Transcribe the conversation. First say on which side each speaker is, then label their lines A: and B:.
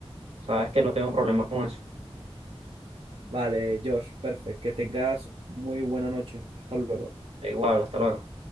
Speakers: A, on the right (about 80°); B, on the right (about 60°).
A: Sabes que no tengo problema con eso.
B: Vale, Josh, perfecto. Que tengas muy buena noche. Hasta luego.
A: Igual, hasta luego.